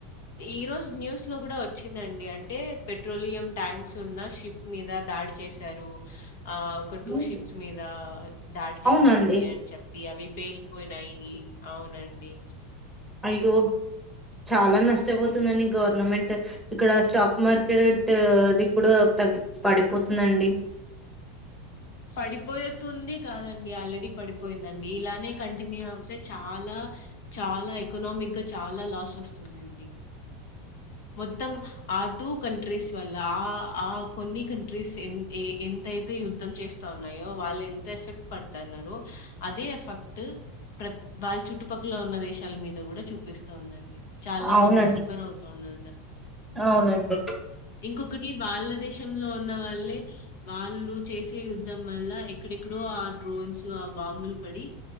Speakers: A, on the left (about 65°); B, in the centre.
A: ఈరోోజు న్యూస్ లో కూడా వచ్చిందండి అంటే పెట్రోలియం ట్యాంక్స్ ఉన్నా షిప్ మీద దాడి చేసారు ఆ ఒక టూ
B: అవును
A: షిఫ మీద దాడి జరిగింది
B: అవునండి
A: అని చెప్పి అవి పేలిపోయి నాయి అవునండి
B: అయ్యో చాలా నష్టపోతుందండి గవర్నమెంట్ ఇక్కడ స్టాక్ మార్కెట్ ఇది కూడా తగ పడిపోతుందండి
A: పడిపోయితుంది కాదండి ఆల్రెడీ పడిపోయిందండి ఇలానే కంటిన్యూ అవుతే చాలా చాలా ఎకనామిక్ గా చాలా లాస్ వస్తుందండి మొత్తం ఆ టూ కంట్రీస్ వల్ల ఆ ఆ కొన్ని కంట్రీస్ ఎ ఎంతయితే యుద్ధం చేస్తా ఉన్నాయో వాళ్ళు ఎంత ఎఫెక్ట్ పడుతున్నారో అదే ఎఫెక్ట్ ప్ర వాళ్ళ చుట్టుపక్కల ఉన్న దేశాల మీద కూడా చూపిస్తుందండి చాలా
B: అవునండి
A: మంది సఫర్ అవుతున్నారు
B: అవునండి
A: ఇంకొకటి వాళ్ల దేశంలో ఉన్న వాళ్ళలే వాళ్ళు చేసే యుద్ధం వల్ల అక్కడ ఎక్కడో ఆ డ్రోన్స్ బాంబుల్ పడి